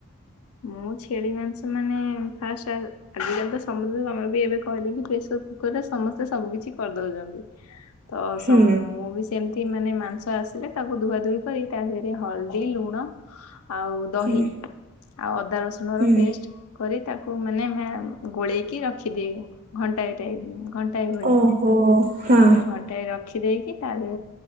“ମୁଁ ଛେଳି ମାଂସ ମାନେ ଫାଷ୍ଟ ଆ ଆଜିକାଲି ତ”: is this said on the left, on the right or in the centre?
Left